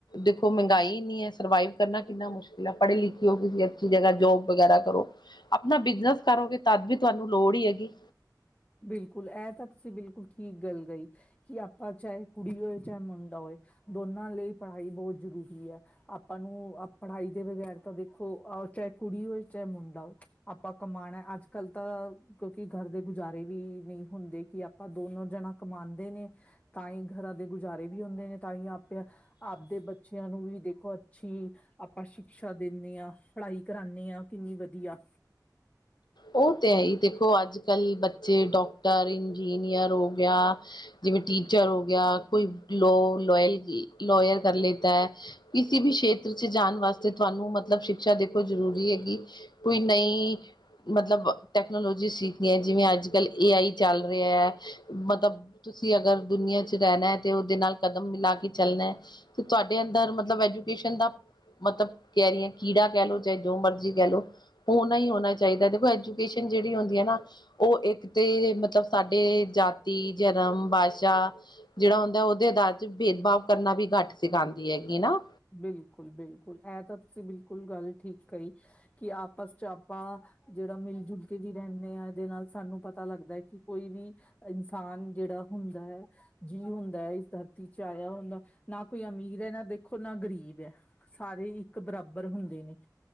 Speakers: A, on the left; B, on the left.
A: ਦੇਖੋ ਮਗਾਈ ਐਨੀ ਐ ਸਰਵਾਈਵ ਕਰਨਾ ਕਿੰਨਾ ਮੁਸ਼ਕਿਲ ਐ, ਪੜ੍ਹੇ- ਲਿਖੇ ਹੋ ਕਿਸ ਅੱਛੀ ਜਗ੍ਹ ਜੋਬ ਵਗੈਰਾ ਕਰੋ। ਆਪਣਾ ਬਿਜਨਸ ਕਰੋਗੇ ਤਦ ਵੀ ਤੁਹਾਨੂੰ ਲੋੜ ਈ ਹੈਗੀ।
B: ਬਿਲਕੁਲ ਇਹ ਤਾਂ ਤੁਸੀਂ ਬਿਲਕੁਲ ਠੀਕ ਗੱਲ ਗਈ ਕਿ ਆਪਾਂ ਚਾਹੇ ਕੁੜੀ ਹੋਏ ਚਾਹੇ ਮੁੰਡਾ ਹੋਏ ਦੋਨਾਂ ਲਈ ਪੜ੍ਹਾਈ ਬਹੁਤ ਜ਼ਰੂਰੀ ਐ। ਆਪਾਂ ਨੂੰ ਪੜ੍ਹਾਈ ਦੇ ਬਗੈਰ ਤਾਂ ਦੇਖੋਹ ਚਾਹੇ ਕੁੜੀ ਹੋਵੇ ਚਾਹੇ ਮੁੰਡਾ ਔ ਆਪਾਂ ਕਮਾਣਾ ਅੱਜ- ਕੱਲ ਤਾਂ ਕਿਉਂਕਿ ਗਰ ਦੇ ਕੁ ਗੁਜ਼ਾਰੇ ਵੀ ਨਹੀਂ ਹੁੰਦੇ ਕਿ ਆਪਾਂ ਦੋਨੋ ਜਣਾ ਕਮਾਂਦੇ ਨੇ ਤਾਂ ਈ ਗਰਾਂ ਦੇ ਗੁਜ਼ਾਰੇ ਵੀ ਹੁੰਦੇ ਨੇ ਤਾਂਹੀ ਆਪਿਆ ਆਪਦੇ ਬੱਚਿਆਂ ਨੂੰ ਵੀ ਦੇਖੋ ਅੱਛੀ ਆਪਾਂ ਸ਼ਿਕਸ਼ਾ ਦਿੰਨੇ ਆ, ਪੜ੍ਹਾਈ ਕਰਾਨੇ ਆ ਕਿੰਨੀ ਵਧੀਆ।
A: ਉਹ ਤੇ ਐ ਈ ਦੇਖੋ ਅੱਜ -ਕੱਲ੍ਹ ਬੱਚੇ ਡਾਕਟਰ, ਇੰਜੀਨੀਅਰ ਹੋ ਗਿਆ। ਜਿਵੇਂ ਟੀਚਰ ਹੋ ਗਿਆ, ਕੋਈ ਲੋ ਲਲ ਲਇਰ ਕਰ ਲਤਾ ਐ ਕਿਸੇ ਵੀ ਸ਼ੇਤਰ ਚ ਜਾਣ ਵਾਸਤੇ ਤੁਹਾਨੂੰ ਮਤਲਬ ਸ਼ਿਕਸ਼ਾ ਦੇਖੋ ਜ਼ਰੂਰੀ ਹੈਗੀ। ਕੋਈ ਨਹੀਂ ਮਤਲਬ ਟੈਕਨੋਲੋਜੀ ਸਿੱਖਦੀਆਂ ਜਿਵੇਂ ਅੱਜ- ਕੱਲ੍ਹ ਏ ਆਈ ਚੱਲ ਰਿਹਾ ਐ। ਮਤਲਬ ਤੁਸੀਂ ਅਗਰ ਦੁਨੀਆਂ ਚ ਰਹਿਣਾ ਐ ਤੇ ਉਹਦੇ ਨਾਲ ਕਦਮ ਮਿਲਾ ਕੇ ਚੱਲਣਾ ਐ। ਤੇ ਤੁਹਾਡੇ ਅੰਦਰ ਮਤਲਬ ਐਜੂਕੇਸ਼ਨ ਦਾ ਮਤਲਬ ਕਹਿ ਰਹੀ ਅ ਕੀੜਾ ਕਹਿ ਲਓ, ਚਾਹੇ ਜੋ ਮਰਜ਼ੀ ਕਹਿ ਲਓ ਔਣਾ ਈ ਔਣਾ ਚਾਈਦਾ, ਦੇਖੋ ਐਜੂਕੇਸ਼ਨ ਜਿਹੜੀ ਹੁੰਦੀ ਐ ਨਾ ਉਹ ਇੱਕ ਤੇ ਮਤਲਬ ਸਾਡੇ ਜਾਤੀ, ਜਰਮ, ਭਾਸ਼ਾ ਜਿਹੜਾ ਹੁੰਦਾ ਉਹਦੇ ਅਧਾਰ ਚ ਭੇਦਭਾਵ ਕਰਨਾ ਵੀ ਘੱਟ ਸਿਖਾਂਦੀ ਹੈਗੀ ਨਾ।
B: ਬਿਲਕੁਲ, ਬਿਲਕੁਲ ਇਹ ਤਾਂ ਤੁਸੀਂ ਬਿਲਕੁਲ ਗੱਲ ਠੀਕ ਕਹੀ ਕਿ ਆਪਸ 'ਚ ਆਪਾਂ ਜਿਹੜਾ ਮਿਲ ਜੁਲ ਕੇ ਵੀ ਰਹਿੰਨੇ ਆ, ਇਹਦੇ ਨਾਲ ਸਾਨੂੰ ਪਤਾ ਲੱਗਦਾ ਐ ਕਿ ਕੋਈ ਵੀ ਇਨਸਾਨ ਜਿਹੜਾ ਹੁੰਦਾ ਹੈ। ਜੀਅ ਹੁੰਦਾ ਐ, ਇਸ ਦਰਤੀ ਚ ਆਇਆ ਹੁੰਦਾ ਨਾ ਕੋਈ ਅਮੀਰ ਐ ਇਹ ਨਾ ਦੇ ਖੋ ਨਾ ਗ਼ਰੀਬ ਐ, ਸਾਰੇ ਇੱਕ ਬਰਾਬਰ ਹੁੰਦੇ ਨੇ।